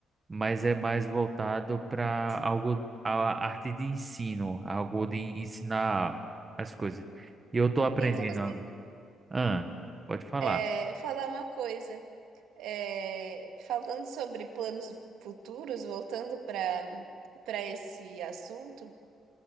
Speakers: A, on the right; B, on the right.
A: mas é mais voltado para algo, a arte de ensino, algo de ensinar as coisas. E eu estou aprendendo.
B: Inclusive,
A: a- Ah, pode falar.
B: é, falar uma coisa. É, falando sobre planos futuros, voltando para para esse assunto,